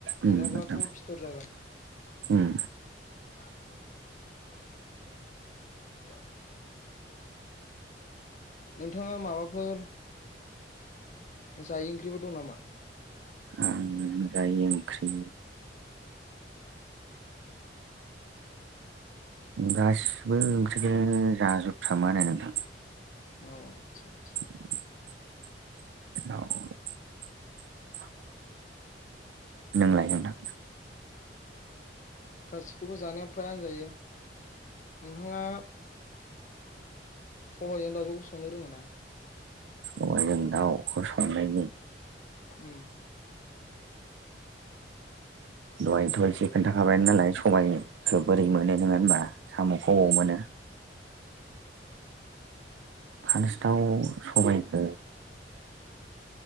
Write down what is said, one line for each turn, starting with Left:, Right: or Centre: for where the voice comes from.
Right: उम
Left: एराब्लाथ'
Right: नोंथां
Left: फिथर जागोन।
Right: उम।
Left: <unintelligible> <unintelligible> <unintelligible> नोंथाङा माबाफोर जायि ओंख्रिबो दं नामा?
Right: आं जायि ओंख्रि गासिबो ओंख्रिखोनो जाजोबफ्रामो आरो नोंथां।
Left: अ आतसा <unintelligible>
Right: <inaudible> <inaudible> नोंलाय नोंथां।
Left: गासिखौबो जानाया फ्रायानो जायो। नोंथाङा सबाइजों दावजोंखौ संनो रोङो ना?
Right: सबाय जों दाउ खौ संनायनि
Left: उम
Right: दहाय थ' एसे खोन्थाखाबाय नालाय सबाइखो बोरै मोनो नोङा होनबा साम'खौ
Left: उम
Right: ओबाव मोनो। फार्स्टआव सबायखो